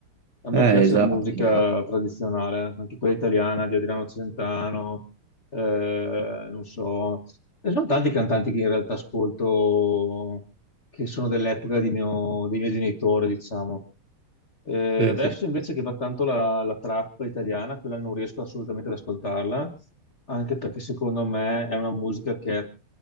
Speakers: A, on the left; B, on the right.
A: A me
B: Eh,
A: piace
B: esatto.
A: la musica
B: esatto.
A: tradizionale, anche quella italiana di Adriano Celentano, eh, non so. E sono tanti cantanti che in realtà ascolto, che sono dell'epoca di mio- dei miei genitori, diciamo. Eh,
B: Sì,
A: adesso
B: sì,
A: invece che va tanto la, la trap italiana, quella non riesco assolutamente ad ascoltarla, anche perché secondo me è una musica che